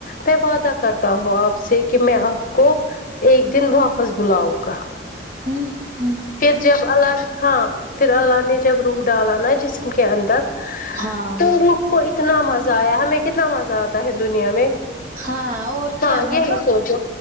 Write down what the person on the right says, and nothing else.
ہوں ہوں
ہاں
ہاں اور کیا
مطلب